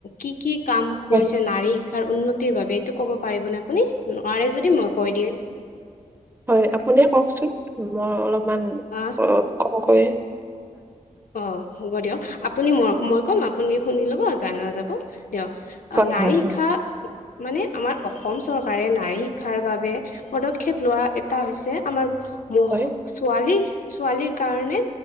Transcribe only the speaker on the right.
হয়
হয় আপুনিয়ে কওকচোন মই অলপমান
ক কমকৈয়ে
হয়
হয়
হয়
হয়